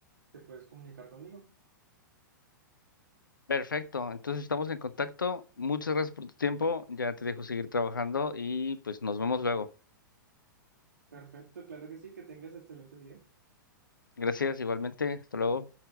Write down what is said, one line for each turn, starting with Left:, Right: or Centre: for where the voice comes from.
Right: Te puedes comunicar conmigo.
Left: Perfecto, entonces estamos en contacto. Muchas gracias por tu tiempo. Ya te dejo seguir trabajando y pues nos vemos luego.
Right: Perfecto, claro que sí, que tengas excelente día.
Left: Gracias, igualmente. Hasta luego.